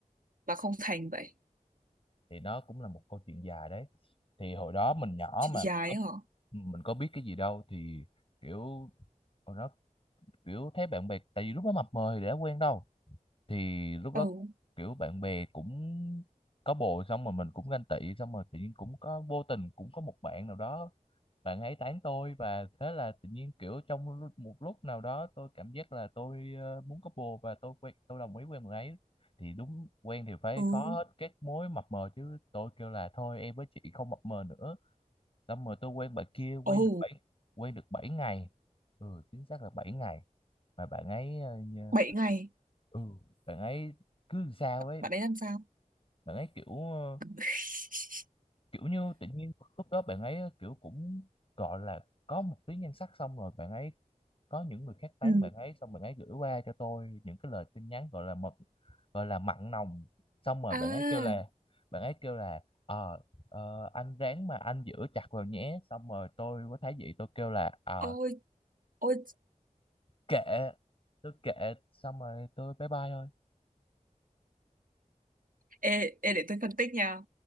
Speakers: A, on the right; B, on the left.
A: mà không thành vậy
B: thì nó cũng là một câu chuyện dài đấy thì hồi đó mình nhỏ
A: chuyện
B: mà
A: gái
B: có-
A: hả
B: mình có biết cái gì đâu thì kiểu hồi đó kiểu thấy bạn bè tại vì lúc đó mập mờ thì đã quen đâu thì lúc đó
A: ừ
B: kiểu bạn bè cũng có bồ xong rồi mình cũng ganh tị xong rồi tự nhiên cũng có vô tình cũng có một bạn nào đó bạn ấy tán tôi và thế là tự nhiên kiểu trong một lúc một lúc nào đó tôi cảm giác là tôi ờ, muốn có bồ và tôi quen tôi đồng ý quen bạn ấy thì đúng quen thì phải
A: ừ
B: khó hết các mối mập mờ chứ tôi kêu là thôi em với chị không mập mờ nữa xong rồi tôi quen bạn kia quen
A: ồ
B: được bảy quen được bảy ngày ừ chính xác là bảy ngày mà bạn ấy ờ, nhờ-
A: bảy ngày
B: ừ bạn ấy cứ sao ấy
A: bạn ấy làm sao
B: bạn ấy kiểu ờ,
A: <laughs>
B: kiểu như tự nhiên lúc đó bạn ấy kiểu cũng gọi là có một tí nhan sắc xong rồi bạn ấy có những người khác tán
A: ừ
B: bạn ấy xong bạn ấy gửi qua cho tôi những cái lời tin nhắn gọi là mật gọi là mặn nồng xong rồi
A: à
B: bạn ấy kêu là bạn ấy kêu là ờ ờ, anh ráng mà anh giữ chặt vào nhé xong rồi tôi với Thái Dị tôi kêu là ờ
A: ôi ôi
B: kệ tôi kệ xong rồi tôi bye bye thôi
A: Ê, ê, để tôi phân tích nha.